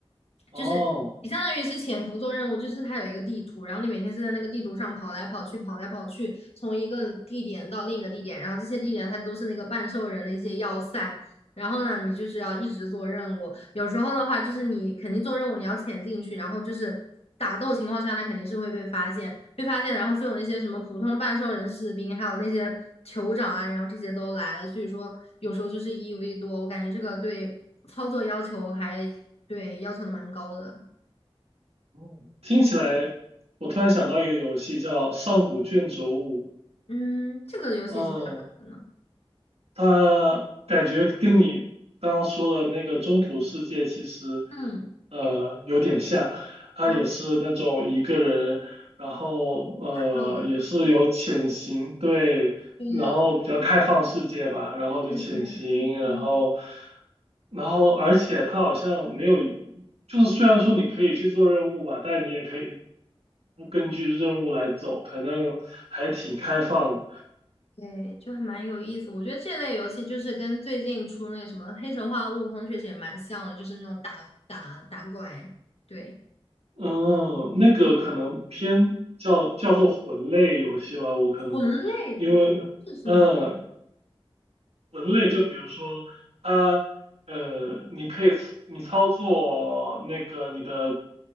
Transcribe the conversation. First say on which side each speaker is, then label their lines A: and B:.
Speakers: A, on the right; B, on the left.
A: 哦，
B: 就是你相当于是潜伏做任务，就是它有一个地图，然后你每天是在那个地图上跑来跑去，跑来跑去，从一个地点到另一个地点，然后这些地点它都是那个半兽人的一些要塞。然后呢，你就是要一直做任务。有时候的话，就是你肯定做任务，你要潜进去，然后就是打斗情况下，那肯定是会被发现，被发现，然后就有那些什么普通半兽人士兵，还有那些酋长啊，然后这些都来了。所以说，有时候就是一 v 多，我感觉这个对操作要求还对，要求的蛮高的。
A: 嗯，听起来，我突然想到一个游戏叫《上古卷轴五》。
B: 嗯，这个游戏是干嘛的呢？
A: 嗯，他感觉跟你刚刚说的那个中土世界其实，
B: 嗯，
A: 呃，有点像，他也是那种一个人，
B: 哦，
A: 然后呃，
B: 打斗的，
A: 也是有潜行，对，
B: 对对对
A: 然后比较开放世界吧，然后就潜行，
B: 对对
A: 然后，
B: 嗯，
A: 然后而且他好像没有，就是虽然说你可以去做任务吧，但你也可以不根据任务来走，反正还挺开放的
B: 对，就还蛮有意思。我觉得这类游戏就是跟最近出那个什么《黑神话：悟空》确实也蛮像的，就是那种打打打怪，对，
A: 嗯，那个可能偏叫叫做魂类游戏吧，我可能
B: 魂类
A: 因为嗯，
B: 是什么？
A: 魂类就比如说啊呃，你可以你操作那个你的